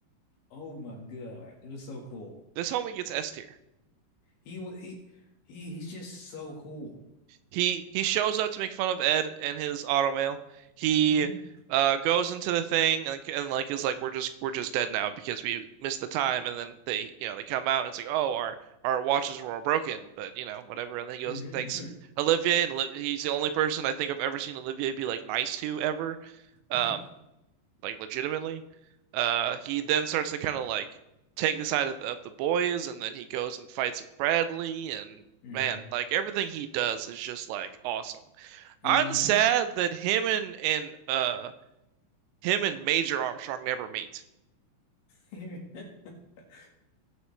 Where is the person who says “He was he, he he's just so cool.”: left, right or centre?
Left